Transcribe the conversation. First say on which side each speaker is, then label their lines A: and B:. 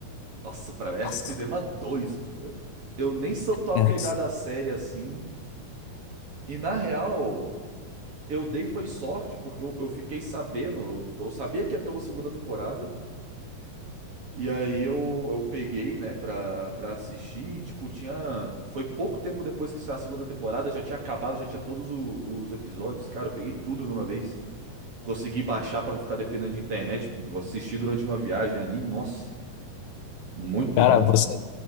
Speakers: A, on the right; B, on the left.
A: Nossa, pra mim é
B: Nossa.
A: Cinema 2, pô. Eu nem sou tão apegado
B: É.
A: à série assim. E na real, eu dei foi sorte, porque eu, eu fiquei sabendo, eu, tipo, eu sabia que ia ter uma segunda temporada. E aí eu, eu peguei, né, pra, pra assistir, e, tipo, tinha... Foi pouco tempo depois que saiu a segunda temporada, já tinha acabado, já tinha todos o- os episódios, cara, eu peguei tudo numa vez. Consegui baixar pra não ficar dependendo de internet, assistir durante uma viagem ali, nossa, muito
B: Cara,
A: bom.
B: você,